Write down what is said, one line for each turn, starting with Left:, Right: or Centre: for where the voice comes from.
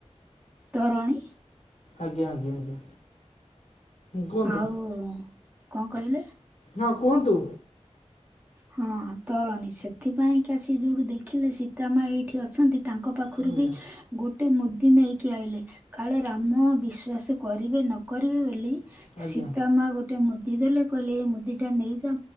Right: ତରଣୀ।
Left: ଆଜ୍ଞା! ଆଜ୍ଞା! ଆଜ୍ଞା! କୁହନ୍ତୁ
Right: ଆଉ କଣ କହିଲେ?
Left: ହଁ କୁହନ୍ତୁ।
Right: ହଁ ତରଣୀ ସେଥିପାଇଁ କି ସ ଯୋଉଠୁ ଦେଖିଲେ ସୀତାମା ଏଇଠି ଅଛନ୍ତି। ତାଙ୍କ ପାଖରୁ
Left: ଆଜ୍ଞା
Right: ବି ଗୋଟେ ମୁଦି ନେଇକି ଆଇଲେ କାଳେ ରାମ ବିଶ୍ଵାସ କରିବେ ନ କରିବେ ବୋଲି
Left: ଆଜ୍ଞା
Right: ସୀତା ମା ଗୋଟେ ମୁ- ଇ ଦେଲେ କହିଲେ ଏଇ ମୁଦିଟା ନେଇଯା